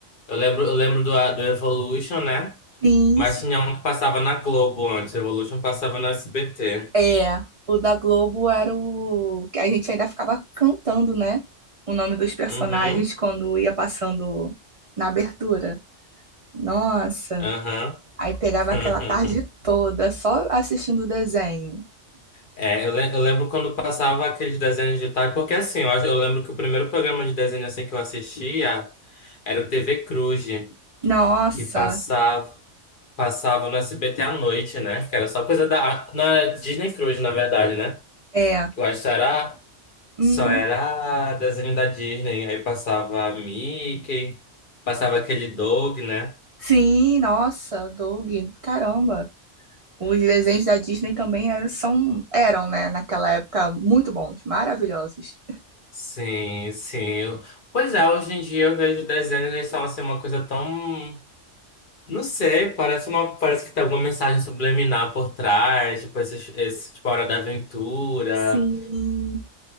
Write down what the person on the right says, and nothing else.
Sim,
É, o da Globo era o. que A gente ainda ficava cantando, né? O nome dos personagens
quando ia passando na abertura. Nossa,
aí pegava
aquela tarde toda só assistindo o desenho.
Nossa,
é.
Hum,
sim, nossa, Doug, caramba. Os desenhos da Disney também eram, são, eram, né, naquela época, muito bons, maravilhosos.
Sim.